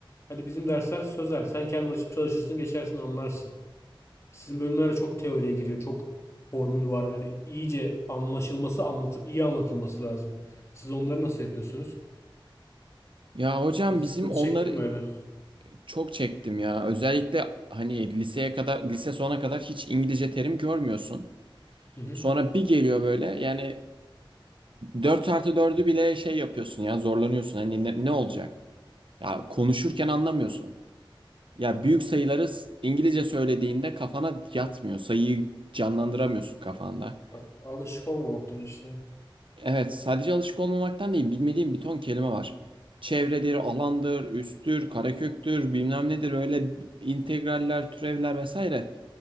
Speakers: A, on the left; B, on the right.
A: Hadi bizim dersler sözel. Sen kendin açıp çalışırsın, geçersin, anlarsın. Sizin bölümlerde çok teoriye giriyor, çok formül var. Yani iyice anlaşılması, anlatı iyi anlatılması lazım. Siz onları nasıl yapıyorsunuz?
B: Ya hocam
A: Hiç
B: bizim
A: sıkıntı
B: onları
A: çektin mi öyle?
B: çok çektim ya. Özellikle hani liseye kadar lise sona kadar hiç İngilizce terim görmüyorsun.
A: <laughs>
B: Sonra bir geliyor böyle yani 4 artı dördü bile şey yapıyorsun ya zorlanıyorsun. Hani ne ne olacak? Ya konuşurken anlamıyorsun. Ya
A: Hı.
B: büyük
A: hı.
B: sayıları s- İngilizce söylediğinde kafana yatmıyor. Sayıyı canlandıramıyorsun kafanda.
A: A- Alışık olmamaktan işte.
B: Evet, sadece alışık olmamaktan değil, bilmediğim bir ton kelime var. Çevredir, alandır, üsttür, kareköktür, bilmem nedir öyle integraller, türevler vesaire.